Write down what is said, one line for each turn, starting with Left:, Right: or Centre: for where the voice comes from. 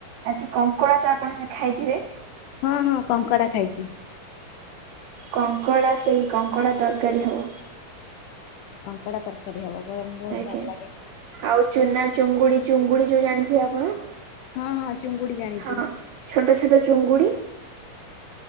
Right: ଆଜି କଙ୍କଡ଼ା ତ ଆପଣେ ଖାଇଥିବେ?
Left: ହଁ ହଁ କଙ୍କଡ଼ା ଖାଇଚି।
Right: କଙ୍କଡ଼ା ସେହି କଙ୍କଡ଼ା ତରକାରୀ ହବ।
Left: କଙ୍କଡ଼ା ତରକାରୀ ହବ ବରମ୍ ବହୁତ
Right: ଆଜ୍ଞା
Left: ଭଲ ଲାଗେ।
Right: ଆଉ ଚୁନା ଚୁଙ୍ଗୁଡ଼ି ଚୁଙ୍ଗୁଡ଼ି ଯୋଉ ଜାଣିଥିବେ ଆପଣ।
Left: ହଁ ହଁ ଚୁଙ୍ଗୁଡ଼ି ଜାଣିଚି।
Right: ହଁ ଛୋଟ ଛୋଟ ଚୁଙ୍ଗୁଡ଼ି